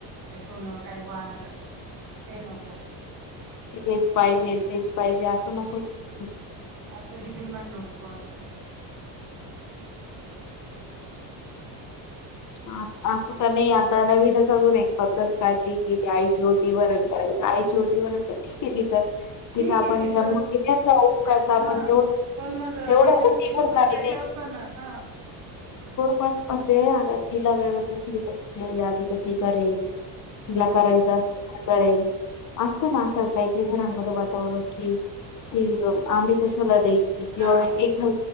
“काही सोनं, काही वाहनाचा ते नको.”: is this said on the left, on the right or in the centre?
Right